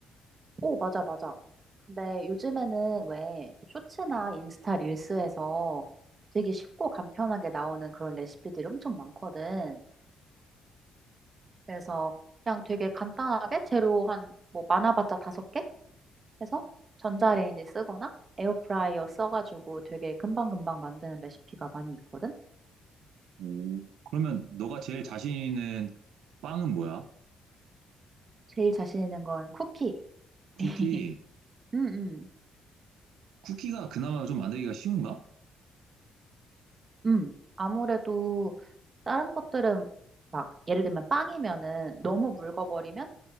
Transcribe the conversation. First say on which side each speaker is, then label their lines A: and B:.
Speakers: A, on the right; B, on the right.
A: 오, 맞아, 맞아. 근데 요즘에는 왜 쇼츠나 인스타 릴스에서 되게 쉽고 간편하게 나오는 그런 레시피들이 엄청 많거든. 그래서 그냥 되게 간단하게 재료 한, 뭐, 많아봤자 다섯 개? 해서 전자레인지 쓰거나 에어프라이어 써가지고 되게 금방금방 만드는 레시피가 많이 있거든?
B: 오. 그러면 너가 제일 자신 있는 빵은 뭐야?
A: 제일 자신 있는 건 쿠키.
B: 쿠키.
A: <laughs> 음, 음,
B: 쿠키가 그나마 좀 만들기가 쉬운가?
A: 음. 아무래도 다른 것들은 막 예를 들면 빵이면은 너무 묽어버리면